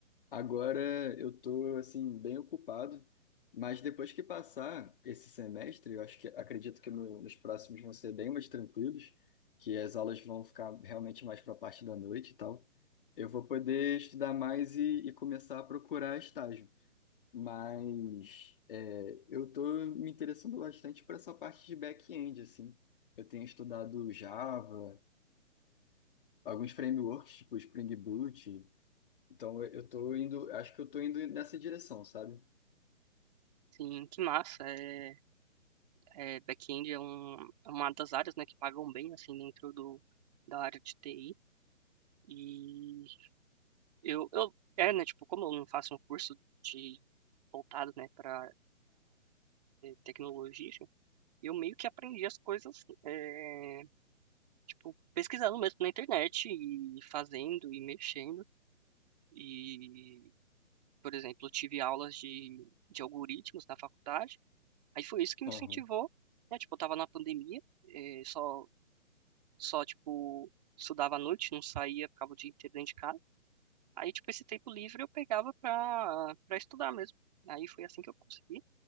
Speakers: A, on the left; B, on the right.
A: Agora eu tô assim bem ocupado, mas depois que passar esse semestre, eu acho que acredito que no- nos próximos vão ser bem mais tranquilos, que as aulas vão ficar realmente mais para a parte da noite e tal. Eu vou poder estudar mais e, e começar a procurar estágio. Mas é, eu tô me interessando bastante por essa parte de back-end assim. Eu tenho estudado Java, alguns frameworks tipo Spring Boot. Então eu eu tô indo, acho que eu tô indo nessa direção, sabe?
B: Sim, que massa. É, é, back-end é, um, é uma das áreas, né, que pagam bem assim dentro do da área de TI. E eu, eu é, né, tipo, como eu não faço um curso de voltado, né, para tecnologia, eu meio que aprendi as coisas, é, tipo, pesquisando mesmo na internet e fazendo e mexendo. E Por exemplo, eu tive aulas de, de algoritmos na faculdade. Aí foi isso que me
A: Aham,
B: incentivou, né? Tipo, eu tava na pandemia, eh, só, só, tipo, estudava à noite, não saía, ficava o dia inteiro dentro de casa. Aí, tipo, esse tempo livre eu pegava pra, pra estudar mesmo. Aí foi assim que eu consegui.